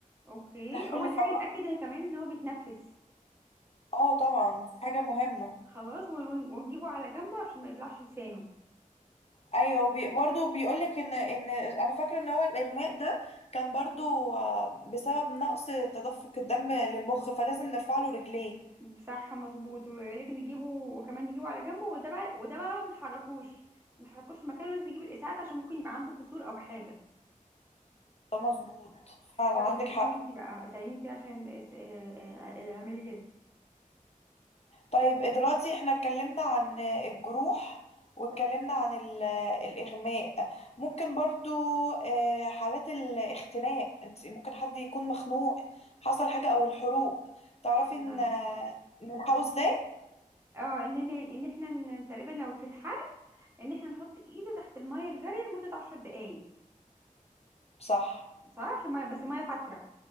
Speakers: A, on the right; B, on the left.
A: اوكي
B: نحاول
A: أول
B: نفوق
A: حاجة نتأكد إن كمان ان هو بيتنفس
B: اه طبعا دي حاجه مهمه
A: خلاص ون- ونجيبه على جنبه عشان ما يبلعش لسانه
B: ايوه وبي... برضه بيقول لك ان ان انا فاكره ان هو الاغماء ده كان برضه آه، بسبب نقص تدفق الدم للمخ فلازم نرفع له رجليه
A: صح مظبوط ولكن نجيبه وكمان نجيبه على جنبه وده بقى وده بقى ما نحركوش ما نحركوش في مكانه لازم نجيب الاسعاف عشان ممكن يبقى عنده كسور او حاجه
B: ده مظبوط فعلا
A: طب
B: عندك
A: اساليني
B: حق
A: انت بقى اساليني انت عشان اس- آه، آه، آه، اعملي كده
B: طيب إيه دلوقتي احنا اتكلمنا عن الجروح واتكلمنا عن ال- آه، الإغماء ممكن برضو آه، حالات الاختناق انت ممكن حد يكون مخنوق حصل حاجة او الحروق تعرفي
A: أنا
B: ان
A: صح.
B: آه، نلحقه ازاي
A: اه ان ان ان احنا ن- تقريبا لو في الحر ان احنا نحط ايده تحت الميه الجاريه لمده 10 دقائق
B: صح
A: صح الميه بس ميه فتره